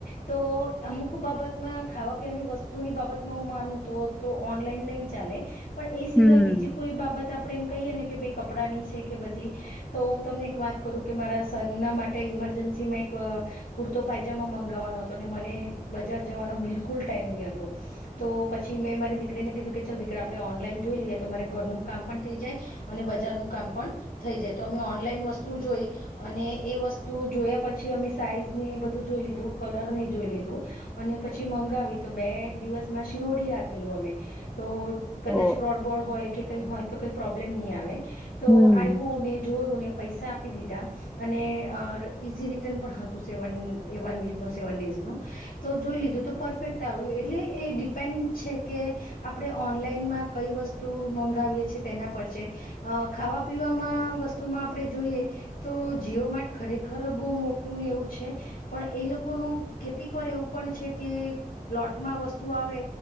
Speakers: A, on the left; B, in the centre.
A: તો અમુક બાબતમાં ખાવા પીવાની વસ્તુની બાબતમાં નલા નહી ચાલે પણ એ સિય
B: હમ
A: બીજી કોઈ બાબત આપ એમ કહી કે ભ કપડા ની છે કે બધી તો હું તમને એક વાત કરું કે મારા સન ના માટે ઈમરજન્સી માં કુર્તો પાયજામા મંગાવવાનો હતો ને મને બજાર જવાનો બિલકુલ ટાઈમ નહ હતો તો પછી મેં મારી દીકરીને કીધું કે ચાલ દીકરા આપડે ઓનલાઈન જોઈ લઈએ તો મારે ઘરનું કામ પણ થઈ જાય અને બજનું કામ થઈ જાય તો અમે ઓનલાઈન વસ્તુ જોઈ અને એ વસ્તુ જોયા પછી પછી અમે સાઈઝ ને બધું જોઈ લીધું કલર ને જોઈ લીધું અને પછી મંગાવી તો બે દિવસ બસમાં શિઓડી રાખેલું અમે તો કદાચ
B: ઓ
A: ફોડ બોડ હોય કે કઈ હોય તો કઈ પ્રોબ્લેમ નહી આવે તો
B: હમ
A: આવું ને જોયું ને પૈસા આપી દીધા અને ઈઝ રી વીક સેવન ડે તો જોઈ લીધું પરફેક્ટ આવ એટલે તે ડિપેન્ડ છે કે આપણે ઓનલાઈનમાં કઈ વસ્તુ મંગાવીએ છેીએ તેના પર છે અ ખાવા પીવાવામાં વસ્તુમાં આપડણે જોઈએ તો જીઓ માર્ટ ખરેખર બહ મોટ એવું છે પણ એ લોકોનું કેટલીક વાર એવું પણ છે કે બ્ટમાં વસ્તુ આવે